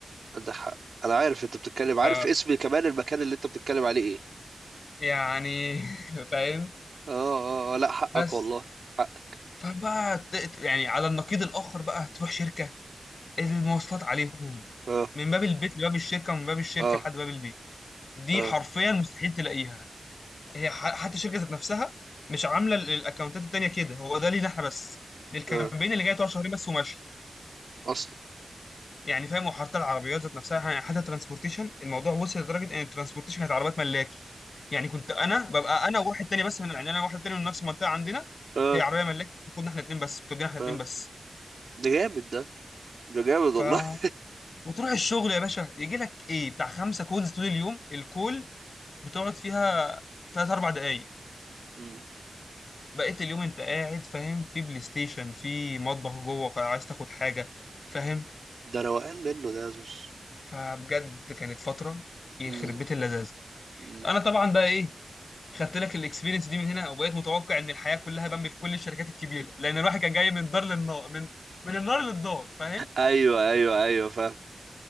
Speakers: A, on the right; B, on the left.
A: عندك حق أنا عارف أنت بتتكلم عارف
B: ف
A: اسم كمان المكان اللي أنت بتتكلم عليه إيه
B: يعني <laughs> فاهم
A: اه اه آه، لا حقك
B: بس
A: والله حقك
B: فبقى ت- ت- يعني على النقيض الاخر بقى تروح شركه المواصلات عليهم
A: اه
B: من باب البيت لباب الشركه ومن باب الشركه
A: اه
B: لحد باب البيت دي
A: اه
B: حرفيا مستحيل تلاقيها هي ح- حتى الشركه ذات نفسها مش عامله ال- الاكونتات التانيه كده هو ده لينا احنا بس للكامبين
A: اه
B: اللي جاي تقعد شهرين بس وماشي
A: اصلا
B: يعني فاهم وحتى العربيات ذات نفسها يعني حتى ترانسبورتيشن الموضوع وصل لدرجه ان الترانسبورتيشن كانت عربيات ملاكي يعني كنت انا ببقى انا وواحد تاني بس يعني انا واحد تاني من نفس المنطقه عندنا
A: اه
B: هي عربيه ملاكي بتاخدنا احنا اتنين بس بتودينا احنا
A: اه
B: اتنين بس
A: ده جامد ده ده جامد
B: ف
A: والله <laughs>
B: وتروح الشغل يا باشا يجي لك ايه بتاع خمسه كولز طول اليوم الكول بتقعد فيها ثلاث اربع دقائق
A: مم.
B: بقيت اليوم انت قاعد فاهم في بلاي ستيشن في مطبخ جوه عايز تاخد حاجه فاهم
A: ده روقان منه ده يا زوز
B: فبجد كانت فتره يخرب
A: مم.
B: بيت اللذاذه
A: مم.
B: انا طبعا بقى ايه خدت لك الاكسبيرينس دي من هنا وبقيت متوقع ان الحياه كلها بامبي في كل الشركات الكبيره لان الواحد كان جاي من دار للنار من من النار للدار فاهم
A: ايوه ايوه ايوه فاهم